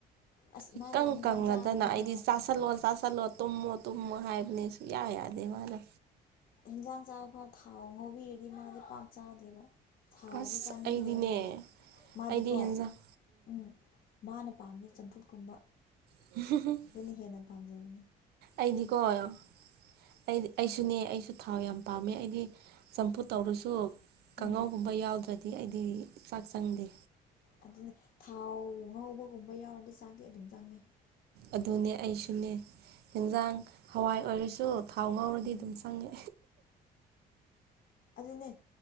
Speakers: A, on the left; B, on the right.
A: ꯑꯁ
B: ꯏꯀꯪ
A: ꯃꯥꯗꯤ ꯍꯤꯟꯖꯥꯡ
B: ꯀꯪꯉꯗꯅ
A: ꯆꯥꯕꯗ
B: ꯑꯩꯗꯤ
A: ꯐꯥꯎ
B: ꯆꯥ ꯁꯜꯂꯣ ꯆꯥꯁꯜꯂꯣ ꯇꯨꯝꯃꯣ ꯇꯨꯝꯃꯣ ꯍꯥꯏꯕꯅꯦ ꯁꯨꯡ ꯌꯥ ꯌꯥꯗꯦ ꯃꯥꯅ
A: ꯍꯤꯟꯖꯥꯡ ꯆꯥꯕ ꯊꯥꯎ ꯉꯧꯕꯤꯔꯗꯤ ꯃꯥꯗꯤ ꯄꯥꯛ ꯆꯥꯗꯦꯕ ꯊꯥꯎꯖꯨ
B: ꯑꯁ
A: ꯆꯥꯅꯤꯡꯗꯦ
B: ꯑꯩꯗꯤꯅꯦ
A: ꯍꯥꯏ ꯃꯥꯗꯤꯀꯣ
B: ꯑꯩꯗꯤ ꯍꯦꯟꯖꯥꯡ
A: ꯎꯝ ꯃꯥꯅ ꯄꯥꯝꯃꯤ ꯆꯝꯐꯨꯠꯀꯨꯝꯕ
B: <unintelligible>
A: ꯑꯗꯨꯅ ꯍꯦꯟꯅ ꯄꯥꯝꯖꯕꯅꯦ
B: ꯑꯩꯗꯤꯀꯣ ꯑꯩꯗꯤ ꯑꯩꯁꯨꯅꯦ ꯑꯩꯁꯨ ꯊꯥꯎ ꯌꯥꯝ ꯄꯥꯝꯃꯦ ꯑꯩꯗꯤ ꯆꯝꯐꯨ ꯇꯧꯔꯁꯨ ꯀꯥꯡꯉꯧꯒꯨꯝꯕ
A: ꯎꯝ
B: ꯌꯥꯎꯗ꯭ꯔꯗꯤ ꯑꯩꯗꯤ ꯆꯥꯛ ꯆꯪꯗꯦ
A: ꯑꯗꯨꯅꯤ ꯊꯥꯎ ꯉꯧꯕꯒꯨꯝꯕ ꯌꯥꯎꯔꯗꯤ ꯆꯥꯛꯗꯤ ꯑꯗꯨꯝ ꯆꯪꯉꯦ
B: ꯑꯗꯨꯅꯦ ꯑꯩꯁꯨꯅꯦ ꯍꯤꯟꯖꯥꯡ ꯍꯋꯥꯏ ꯑꯣꯏꯔꯁꯨ ꯊꯥꯎ ꯉꯥꯎꯔꯗꯤ
A: ꯎꯝ
B: ꯑꯗꯨꯝ ꯆꯪꯉꯦ
A: ꯑꯗꯨꯅꯦ